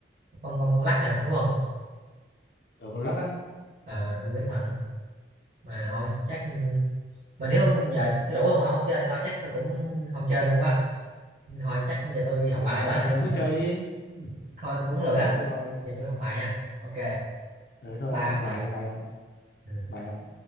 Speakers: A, on the right; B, on the left.
A: con con con lắc à đúng không
B: ở con lắc á
A: Ờ, tôi biết mà mà thôi chắc ừ, mà nếu giờ tôi đủ không mà không chơi thôi chắc tôi cũng không chơi luôn quá thôi chắc giờ tôi đi học
B: Ủa,
A: bài
B: ờ,
A: quá
B: thì ông cứ chơi đi.
A: <laughs> thôi tôi cũng
B: Ờ,
A: lười lắm
B: thế thôi.
A: giờ tôi học bài nha ok
B: Ờ, thế thôi
A: ba
B: ông học
A: nha
B: bài đi, bài không?
A: Ừ.
B: Bài không?